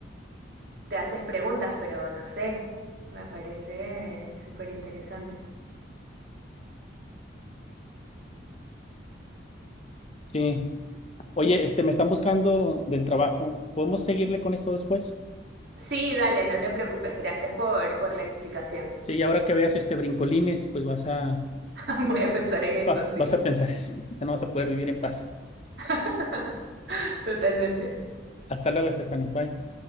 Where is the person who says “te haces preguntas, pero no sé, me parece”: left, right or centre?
Right